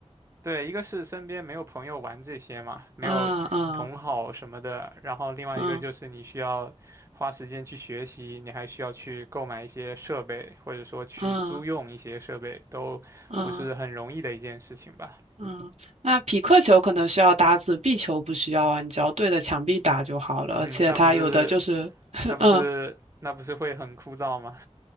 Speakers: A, on the right (about 25°); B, on the right (about 65°).
A: 对，一个是身边没有朋友玩这些嘛，没有同好什么的，
B: 嗯嗯
A: 然后另外一个就是你需要花时间去学习，
B: 嗯
A: 你还需要去购买一些设备，或者说去租用一些设备，
B: 嗯
A: 都不是很容易的一件事情吧？
B: 嗯嗯。那匹克球可能需要搭子，壁球不需要啊，你只要对着墙壁打就好了。
A: <laughs>
B: 而且它有的就是，
A: 那不是，
B: <laughs>
A: 那不是，
B: 嗯
A: 那不是会很枯燥吗？